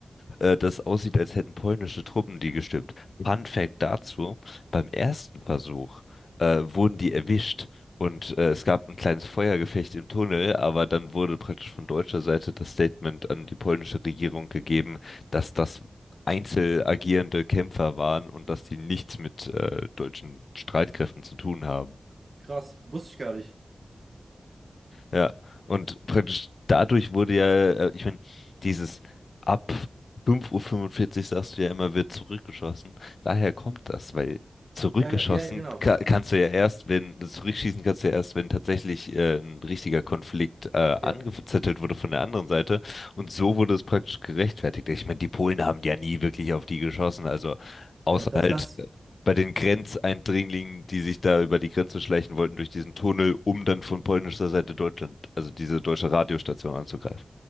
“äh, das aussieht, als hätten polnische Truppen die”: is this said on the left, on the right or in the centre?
Left